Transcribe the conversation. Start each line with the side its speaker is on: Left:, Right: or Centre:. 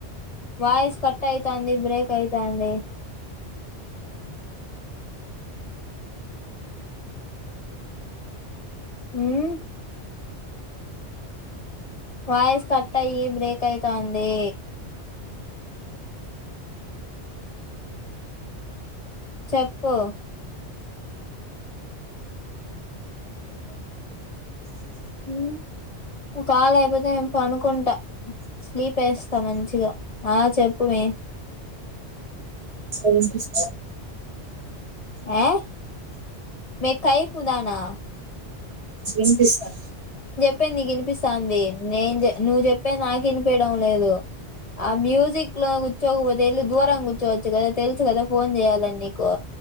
Left: వాయిస్ కట్ అయితంది, బ్రేక్ అయితంది. ఉమ్. వాయిస్ కట్ అయి, బ్రేక్ అయితంది. చెప్పు. ఉమ్. నీవు కాళ ఎయ్యకపోతే, నేను పడుకుంటా స్లీప్ ఏస్తా, మంచిగా. ఆ చెప్పు వే
Right: అ సారే సరే
Left: ఏ మే కైపు దానా?
Right: వినిపిస్తాంది.
Left: చెప్పే నీకు వినిపిస్తాంది. నేను జేప్ నువ్వు చెప్పే నాకు వినిపియడం లేదు. ఆ మ్యూజిక్ లో కూర్చోకపోతే, ఏళ్లి దూరంగా కూర్చోవచ్చు గదా. తెలుసు గదా ఫోన్ చేయాలని నీకు.